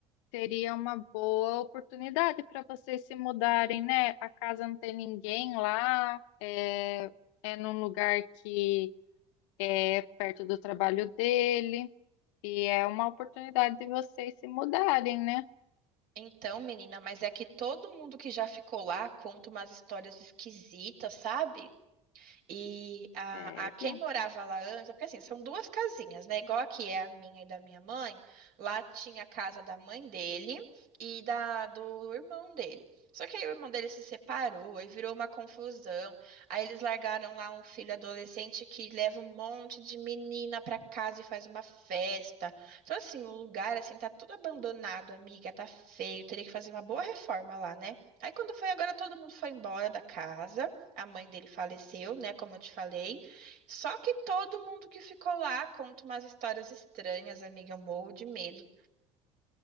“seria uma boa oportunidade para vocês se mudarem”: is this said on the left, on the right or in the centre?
Left